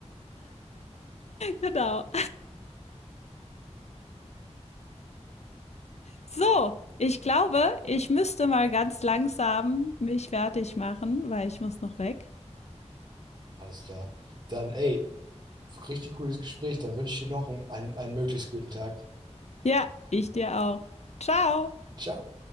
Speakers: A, on the left; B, on the right.
A: Genau. So, ich glaube, ich müsste mal ganz langsam mich fertig machen, weil ich muss noch weg.
B: Alles klar. Dann, ey, richtig cooles Gespräch. Dann wünsche ich dir noch einen, einen möglichst guten Tag.
A: Ja, ich dir auch. Ciao.
B: Ciao.